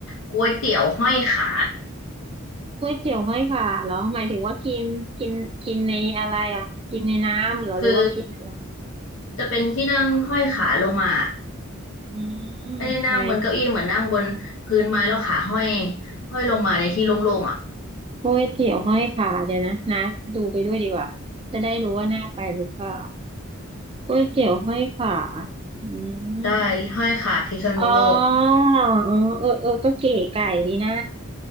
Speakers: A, on the left; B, on the right.
A: ก๋วยเตี๋ยวห้อยขา
B: ก๋วยเตี๋ยวห้อยขาเหรอหมายถึงว่ากินกินกินในอะไรอ่ะกินในน้ำเหรอหรือว่ากินอะไร
A: คือจะเป็นที่นั่งห้อยขาลงมา
B: อืมไหน
A: ไม่ได้นั่งบนเก้าอี้เหมือนนั่งบนพื้นไม้แล้วขาห้อยห้อยลงมาในที่โล่งๆอ่ะ
B: โอ้ยเตี๋ยวห้อยขาเดี๋ยวนะนัดดูไปด้วยดีกว่าจะได้รู้ว่าน่าไปหรือเปล่าก๋วยเตี๋ยวห้อยขาอื
A: ได้ห้อยขาพิษณุโลก
B: มอ๋ออ๋อเออเออก็เก๋ไก่ดีนะ